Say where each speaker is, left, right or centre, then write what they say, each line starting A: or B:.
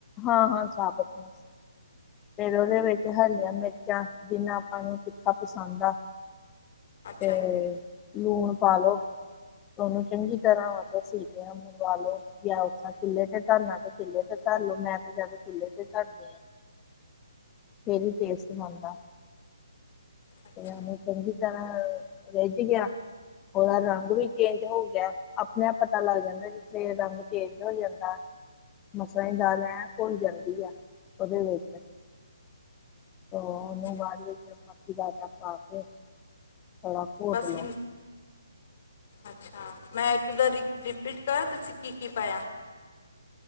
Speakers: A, on the left; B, on the left.
A: ਹਾਂ ਹਾਂ ਸਾਬਤ। <unintelligible> ਫਿਰ ਓਦੇ ਵਿੱਚ ਹਰੀਆਂ ਮਿਰਚਾਂ ਜਿੰਨਾ ਆਪਾਂ ਨੂੰ ਤਿੱਖਾ ਪਸੰਦ ਆ।
B: ਅੱਛਾ
A: ਤੇ
B: ਜੀ
A: ਲੂਣ ਪਾਂ ਲੋ ਤੇ ਓਨੂੰ ਚੰਗੀ ਤਰ੍ਹਾਂ ਮਤਲਬ ਸਿਟੀਆਂ ਦਵਾ ਲੋ, ਯਾ ਉਸ ਤਰਾਂ ਚੁੱਲੇ ਤੇ ਧਰਨਾ ਤੇ ਚੁੱਲੇ ਤੇ ਧਰ ਲੋ ਮੈਂ ਤੇ ਜਾਦਾ ਚੁੱਲੇ ਤੇ ਧਰਦੀ ਆਂ। ਫੇਰ ਵੀ ਟੇਸਟ ਬਨਦਾ।
B: ਅੱਛਾ
A: ਤੇ ਏਨੂੰ ਚੰਗੀ ਤਰਾਂ ਰੇਝ ਗੇਯਾ। ਓਦਾ ਰੰਗ ਵੀ ਚੇਂਜ ਹੋ ਗਿਆ। ਅਪਨੇ ਆਪ ਪਤਾ ਲੱਗ ਜਾਂਦਾ ਜਿੱਥੇ ਐ ਰੰਗ ਚੇਜ ਹੋ ਜਾਂਦਾ। ਮਸਰਾਂ ਦੀ ਦਾਲ ਐ ਘੁਲ ਜਾਂਦੀ ਆ ਓਦੇ ਵਿੱਚ। ਤੋਂ ਓਨੂੰ
B: ਅੱਛਾ
A: ਬਾਦ
B: ਜੀ
A: ਵਿੱਚ ਮੱਕੀ ਦਾ ਆਟਾ ਪਾ ਕੇ ਥੋੜਾ ਘੋਟ
B: ਬਸ
A: ਲੋ
B: ਇ ਅੱਛਾ, ਮੈਂ ਇੱਕਦਾ ਰਿ ਰਿਪੀਟ ਕਰਾਂ ਤੁਸੀਂ ਕੀ ਕੀ ਪਾਇਆ?